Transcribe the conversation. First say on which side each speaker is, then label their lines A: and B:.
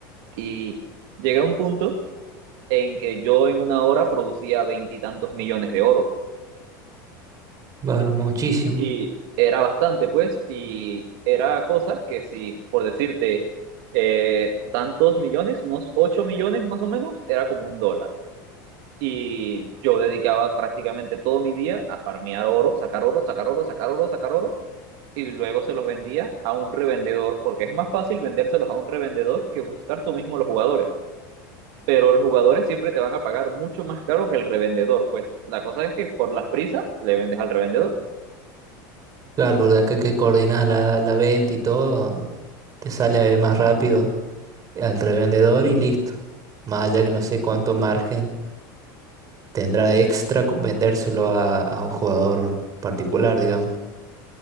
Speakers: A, on the right; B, on the right.
A: Y llegué a un punto en que yo en una hora producía veintitantos millones de oro.
B: Claro, muchísimo.
A: Y era bastante, pues, y era cosa que si, por decirte, eh, tantos millones, unos ocho millones más o menos, era como un dólar. Y yo dedicaba prácticamente todo mi día a farmear oro, sacar oro, sacar oro, sacar oro, sacar oro, y luego se los vendía a un revendedor, porque es más fácil vendérselos a un revendedor que buscar tú mismo los jugadores. Pero los jugadores siempre te van a pagar mucho más caro que el revendedor. Pues la cosa es que por las prisas le vendes al revendedor.
B: Claro, porque acá que coordinas la, la venta y todo, te sale más rápido al revendedor y listo. Más allá que no sé cuánto margen tendrá extra co- vendérselo a, a un jugador particular, digamos.